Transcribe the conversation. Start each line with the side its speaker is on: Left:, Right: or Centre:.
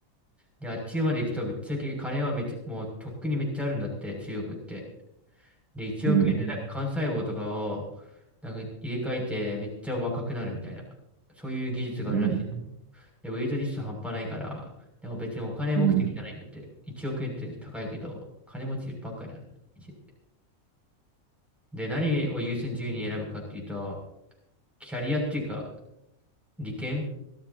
Centre: で、あっちまで行くと、ぶっちゃけ金はめちゃ、もうとっくにめっちゃあるんだって、中国って。で、1億円でなんか幹細胞とかを、
Right: うん、うん、
Centre: なんか入れ替えてめっちゃ若くなるみたいな。そういう技術があるらしい。
Right: うん、
Centre: で、ウェイトリスト半端ないから、でも別にお金目的じゃないんだって。
Right: うん、
Centre: 1億円って高いけど、金持ちばっかやん。いちで、何を優先順位に選ぶかっていうと、キャリアっていうか、利権